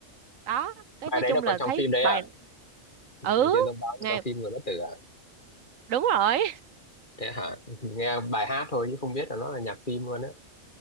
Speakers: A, on the right (about 90°); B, on the left (about 40°).
A: đó cái
B: bài
A: nói
B: đấy
A: chung
B: nó có
A: là
B: trong
A: thấy
B: phim đấy
A: bài
B: à ngày
A: ừ
B: chưa giống báo là
A: ngày
B: trong phim người bất tử à
A: đúng rồi
B: thế hả <laughs> nghe bài hát thôi chứ không biết là nó là nhạc phim luôn á